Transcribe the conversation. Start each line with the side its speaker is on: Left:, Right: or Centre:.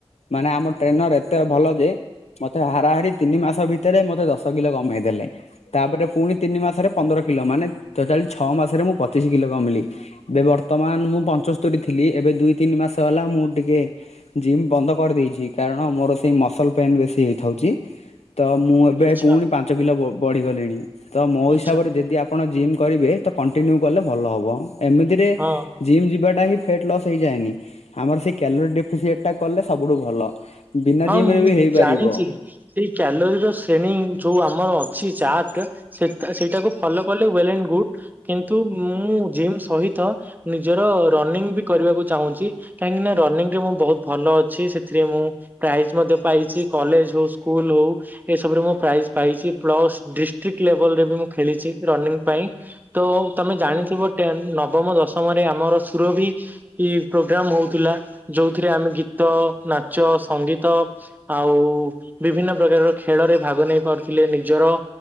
Left: ମାନେ ଆମ ଟ୍ରେନର ଏତେ ଭଲ ଯେ ମତେ ହାରାହାରି ତିନି ମାସ ଭିତରେ ମତେ ଦଶ- ତ କିଲ କମେଇ ଦେଲେ ତାପରେ ପୁଣି ତିନି ମାସରେ ପନ୍ଦର କିଲ ମାନେ ତୋତାଲି ଛଅ ମାସରେ ମୁଁ ପଚିଶ କିଲ କମିଲି। ଏବେ ବର୍ତ୍ତମାନ ମୁଁ ପଞ୍ଚସ୍ତରୀ ଥିଲି। ଏବେ ଦୁଇ ତିନି ମାସ ହେଲା ମୁଁ ଟିକେ ଜିମ୍ ବନ୍ଦ କରିଦେଇଚି କାରଣ ମୋର ସେଇ ମସଲ ପେନ୍ ବେଶୀ ହେଇଥାଉଚି ତ ମୁଁ ଏବେ
Right: ଆଚ୍ଛା
Left: ପୁଣି ପାଞ୍ଚ କିଲ ବ ବଢିଗଲିଣି ତ ମୋ ହିସାବରେ
Right: ଆଚ୍ଛା
Left: ଯଦି ଆ ଆପଣ ଜିମ୍ କରିବେ ତ କଣ୍ଟିନ୍ୟୁ କଲେ ଭଲ ହବ। ଏମିତିରେ
Right: ହଁ
Left: ଜିମ୍ ଯିବାଟା ହିଁ ଫେଟ୍ ଲସ୍ ହେଇଯାଏନି ଆମର ସେ କ୍ୟାଲୋରୀ ଡେଫିସିଏଟ୍ କଲେ ସବୁଠୁ ଭଲ ବିନା
Right: ହଁ
Left: ଜିମ୍
Right: ମୁଁ
Left: ରେ ବି ହେଇପାରିବ।
Right: ଜାଣିଛି ସେଇ କ୍ୟାଲୋରୀ ର ସେଣୀ ଯୋଉ ଆମର ଅଛି ଚାର୍ଟ ସେତ ସେଇଟାକୁ ଫଲୋ କଲେ ୱେଲ୍ ଆଣ୍ଡ ଗୁଡ୍ କିନ୍ତୁ ମୁଁ ଜିମ୍ ସହିତ ନିଜର ର ରନିଙ୍ଗ ବି କରିବାକୁ ଚାହୁଁଚି କାହିଁକିନା ରନିଙ୍ଗ ରେ ମୁଁ ବହୁତ ଭଲ ଅଛି ସେଥିରେ ମୁଁ ପ୍ରାଇଜ ମଧ୍ୟ ପାଇଚି କଲେଜ ହଉ ସ୍କୁଲ ହଉ ଏସବୁରେ ମୁଁ ପ୍ରାଇଜ ପାଇଚି ପ୍ଲସ୍ ଡିଷ୍ଟ୍ରିକ୍ଟ ଲେବଲରେ ବି ମୁଁ ଖେଳିଚି ରନିଙ୍ଗ ପାଇଁ ତ ତମେ ଜାଣିଥିବ ଟେନ ନବମ ଦଶମରେ ଆମର ସୁରଭି ଇର ପ୍ରୋଗ୍ରାମ ହଉଥିଲା ଯୋଉଥିରେ ଆମେ ଗୀତ ନାଚ ସଙ୍ଗୀତ ଆଉ ବିଭିନ୍ନ ପ୍ରକାର ର ଖେଳରେ ଭାଗ ନେଇ ପାରୁଥିଲେ ନିଜର